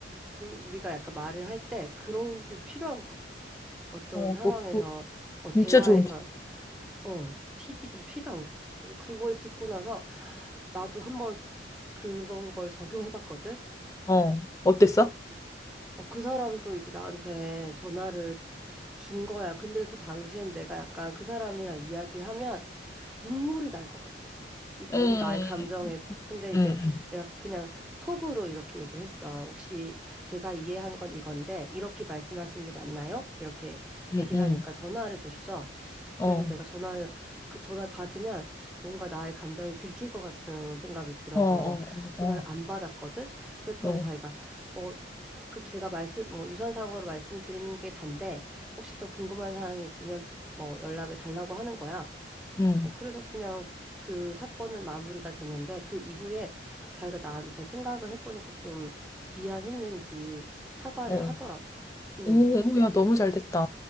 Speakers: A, in the centre; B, on the left.
A: 우리가 약간 말을 할 때 그런 게 좀 필요한 것 같아요. 어떤
B: 어,
A: 상황에서
B: 너,
A: 어, 대화에서
B: 진짜 좋은, 기-
A: 어, 팁이 좀 필요한 것 같아요. 그래서 그걸 듣고 나서 나도 한번 그런 걸 적용해 봤거든.
B: 어, 어땠어?
A: 어, 어, 그 사람도 이제 나한테 전화를 준 거야. 근데 그 당시엔 내가 약간 그 사람이랑 이야기를 하면 눈물이 날 것 같은 거야. 이 너무
B: 응,
A: 나의 감정에 복- 근데 이제
B: 응,
A: 내가 그냥 톡으로 이렇게 얘기를 했어. 혹시 제가 이해한 건 이건데 이렇게 말씀하신 게 맞나요? 이렇게
B: 응,
A: 얘기를
B: 응,
A: 하니까 전화를 줬어.
B: 어,
A: 그래서 내가 전화를 그 전화를 받으면 뭔가 나의 감정이 들킬 것 같은 생각이 들어서
B: 어, 어,
A: 전화를
B: 어,
A: 안 받았거든. 그랬더니
B: 어, 어,
A: 자기가 어 그 제가 말씀 뭐 유선상으로 말씀드리는 게 단데 혹시 더 궁금한 사항이 있으면 뭐 연락을 달라고 하는 거야.
B: 응,
A: 어, 그래서 그냥 그 사건은 마무리가 됐는데 그 이후에 자기가 나한테 생각을 해보니까 좀 미안했는지 사과를
B: 어.
A: 하더라고. 음,
B: 오, 야, 너무 잘 됐다.